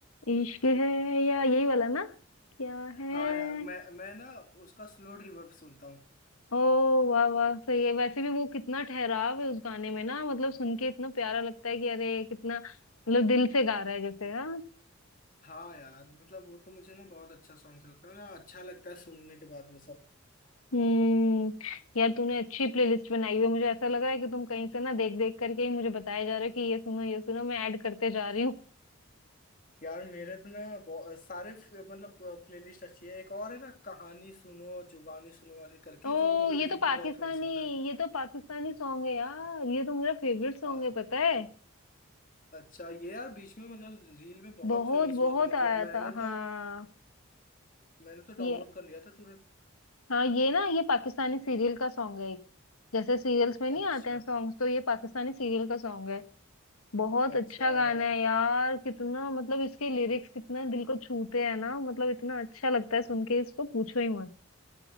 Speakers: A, on the left; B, on the left.
A: इश्क है या यही वाला ना क्या है
B: हाँ यार मैं मैं ना उसका स्लो रिवर्ब सुनता हूँ
A: ओ वाह वाह सही है वैसे भी वो कितना ठहराव है उस गाने में ना मतलब सुन के इतना प्यारा लगता है कि अरे कितना मतलब दिल से गा रहा है जैसे हाँ
B: हाँ यार मतलब वो तो मुझे ना बहुत अच्छा सॉन्ग लगता है ना अच्छा लगता है सुनने के बाद वो सब
A: हम्म यार तूने अच्छी प्लेलिस्ट बनाई हुई है मुझे ऐसा लग रहा है कि तुम कहीं से ना देख देख करके ही मुझे बताया जा रहा है कि ये सुनो ये सुनो मैं ऐड करते जा रही हूँ
B: यार मेरे तो ना बहुत- सारे फ- मतलब प्लेलिस्ट अच्छी है एक और है ना कहानी सुनो जुबानी सुनो वाली करके
A: ओ
B: जो मतलब
A: ये तो
B: रील
A: पाकिस्तानी
B: पे बहुत फेमस हुआ था
A: ये तो पाकिस्तानी सॉन्ग है यार ये तो मेरा फेवरेट सॉन्ग
B: अ-
A: है पता है
B: अच्छा ये यार बीच में मतलब रील में बहुत
A: बहुत
B: फेमस
A: बहुत
B: हुआ था मतलब
A: आया
B: मैंने
A: था हाँ
B: तो मैंने तो डाउनलोड
A: ये
B: कर लिया था तुरंत
A: हाँ ये ना ये पाकिस्तानी सीरियल का सॉन्ग है जैसे सीरियल्स में
B: अच्छा
A: नहीं आते हैं सॉन्ग्स तो ये पाकिस्तानी सीरियल का सॉन्ग है बहुत
B: अच्छा
A: अच्छा गाना
B: यार
A: है यार कितना मतलब इसके लिरिक्स कितना दिल को छूते हैं ना मतलब इतना अच्छा लगता है सुन के इसको पूछो ही मत